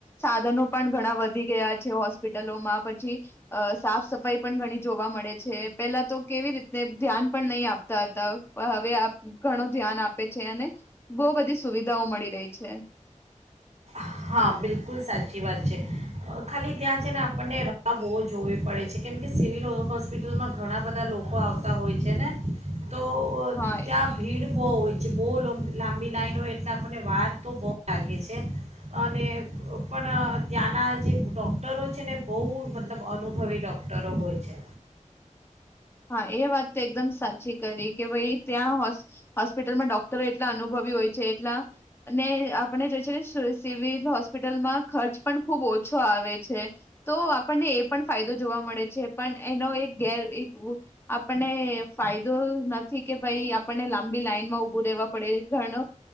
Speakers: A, on the left (about 20°); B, on the right (about 55°).
A: સાધનો પણ ઘણા વધી ગયા છે હોસ્પિટલોમાં પછી અ સાફ સફાઈ પણ ઘણી જોવા મળે છે પેલા તો કેવી રીતને ધ્યાન પણ નહીં આપ તા તા હવે આપ ઘણું ધ્યાન આપે છે અને બહુ બધી સુવિધાઓ મળી રહી છે.
B: હા, બિલકુલ સાચી વાત છે ખાલી ત્યાં છે ને આપણને રાહ બહુ જોવી પડે છે કેમ કે સિવિલ હોસ્પિટલમાં ઘણા બધા લોકો આવતા હોય છે ને તો
A: હા એ
B: ત્યાં ભીડ બહુ હોય છે બહુ લંબ લાંબી લાાઈન હોય એટલે આપણને વાર તો બહુ લાગે છે અને પણ ત્યાંના જે ડોક્ટરો છે ને બહુ મતલબ અનુભવી ડૉક્ટરો હોય છે.
A: હા, એ વાત તો એકદમ સાચી કરી કે ભાઈ ત્યાં હોસ્પ હોસ્પિટલમાં ડોક્ટરો એટલા અનુભવી હોય છે એટલા અને આપણે જે છે એ સિવિલ હોસ્પિટલમાં ખર્ચ પણ ખુબ ઓછો આવે છે તો આપણને એ પણ ફાયદો જોવા મળે છે પણ એનો એક ગેર એક <unintelligible> આપણને ફાયદો નથી કે ભાઈ આપણને લાંબી લાઈન માં ઉભું રહેવા પડે ઘણ